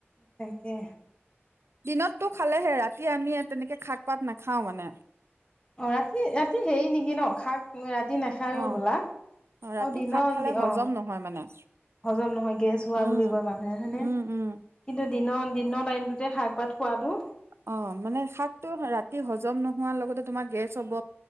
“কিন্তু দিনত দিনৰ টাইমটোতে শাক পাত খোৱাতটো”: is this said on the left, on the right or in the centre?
Left